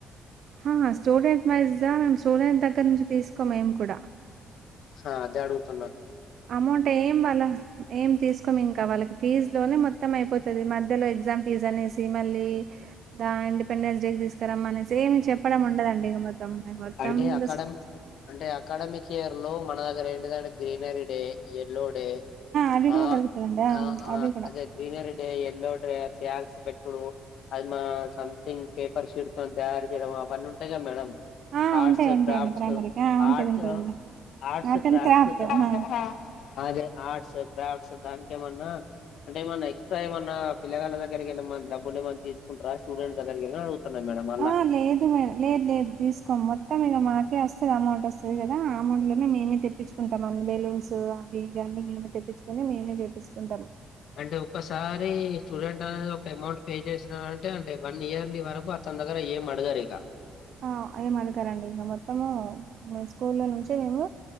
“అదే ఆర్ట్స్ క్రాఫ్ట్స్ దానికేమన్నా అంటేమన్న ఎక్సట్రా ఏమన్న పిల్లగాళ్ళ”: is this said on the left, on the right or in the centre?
Left